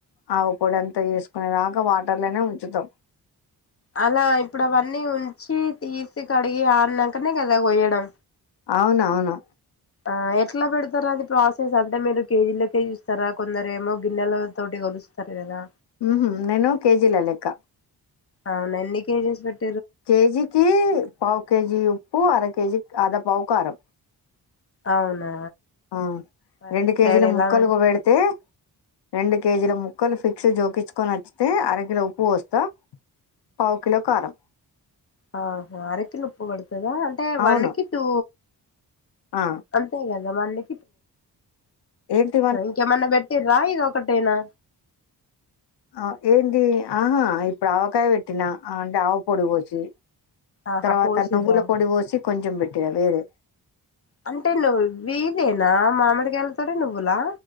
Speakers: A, on the left (about 85°); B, on the left (about 35°).
A: ఆవు పొడి అంత చేసుకునే దాకా వాటర్లోనే ఉంచుతాం
B: అలా ఇప్పుడు అవన్నీ ఉంచి తీసి కడిగి ఆరిన్నాకనే కదా కోయడం
A: అవునవును
B: ఆ ఎట్లా పెడతారా అది ప్రాసెస్ అంటే మీరు కేజీలోకే చూస్తారా కొందరు ఏమో గిన్నెల తోటి కలుస్తారు కదా
A: హ్మ్ నేను కేజీల లెక్క
B: అవున ఎన్ని కేజెస్ పెట్
A: కేజికి పావు కేజీ పూ అర కేజీ అదా పవు కారం
B: అవునా
A: ఆ
B: మరి
A: రెండు
B: ఇటు
A: కేజీల
B: సైడ్ ఎలా
A: ముక్కలులకు
B: పెడతారు
A: పెడితే రెండు కేజీల ముక్కలు ఫిక్స్ జోకించుకొని నచ్చితే అరకిలో ఉప్పు వస్తా పావు కిలో కారం
B: ఆహ అరకిన ఉప్పు కొడు కదా అంటే
A: అవును.
B: వన్ కి టూ
A: ఆ!
B: అంతాే కదా మ అన్ని
A: ఏంటి
B: ఇంకె మొన్న పెట్టరా ఇది ఒకట్టేనా
A: ఆ ఏంటి ఆహా ఇప్పుడు ఆవకాయ పెట్టినా అంటే ఆవ పొడు కోచ్చి
B: ఆహా
A: తర్వాత
B: పోసిర్రా
A: నువ్వుల పొడి పోసి కొంచం పెట్టర వేరు
B: అంటే నువ్వు వీదేనా మామడి గయల తడే నువ్వులా